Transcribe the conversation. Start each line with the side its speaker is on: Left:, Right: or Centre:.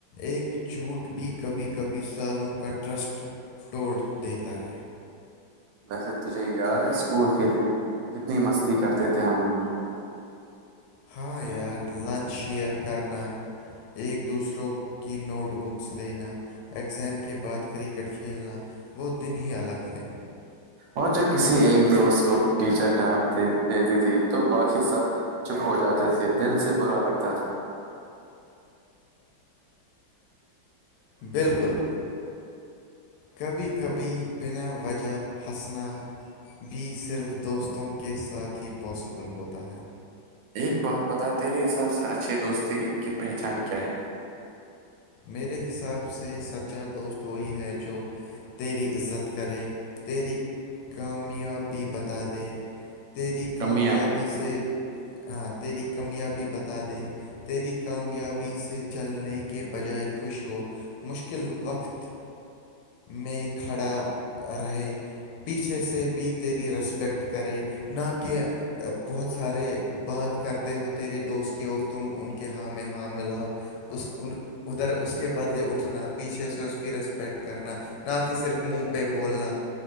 Left: ایک جھوٹ بھی کبھی کبھی سالوں کا ٹرسٹ توٹڑ دیتا ہے
Right: ویسے تجھے یاد ہے اسکول کے دن کتنی مستی کرتے تھے ہم لوگ
Left: ہاں یار لنچ شیر کرنا ایک دوسروں کی نوٹ بکس لینا ایگزام کے بعد کرکٹ کھیلنا وہ دن ہی الگ تھے
Right: اور جب کسی ایک دوست کو ٹیچر ڈانٹ دیتی تھی تو باقی سب چپ ہو جاتے تھے دل سے برا لگتا تھا
Left: بالکل کبھی کبھی بنا وجہ ہسنا بھی صرف دوستوں کے ساتھ ہی پاسیبل ہوتا ہے
Right: ایک بات بتا تیرے حساب سے اچھیے دوستی کی پہچان کیا ہے
Left: میرے حساب سے سچا دوست وہی ہے جو تیری عزت کرے تیری کامیابی بتا دے تیری کامیابی
Right: کمیاں
Left: سے ہاں تیری کامیابی بتا دے تیری کامیاب بی سے جلنے کے بجائے خوش ہو مشکل وقت میں کھڑا رہے پیچھے سے بھی تیری ریسپییکٹ کرے نہ کہہ بہت سارے بات کرتے ہو تریے دوست کی اور تم ان کے ہاں میں ہاں ملاؤ اس ادھر اس کے بدلے اٹھنا پیچھے سے اس کی ریسپیکٹ کرنا نہ کہ صرف منہ پہ بولنا